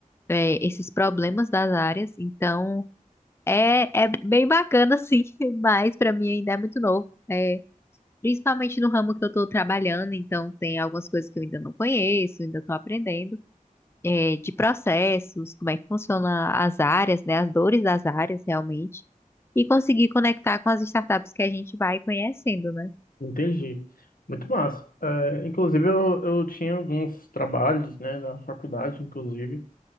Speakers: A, on the left; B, on the left.
A: é, esses problemas das áreas. Então. É, é bem bacana, sim, <laughs> mas pra mim ainda é muito novo. É, principalmente no ramo que eu tô trabalhando, então tem algumas coisas que eu ainda não conheço, ainda tô aprendendo. É, de processos, como é que funciona as áreas, né? As dores das áreas, realmente. E conseguir conectar com as startups que a gente vai conhecendo, né?
B: Entendi. Muito massa. É, inclusive, eu, eu tinha alguns trabalhos, né, da faculdade, inclusive,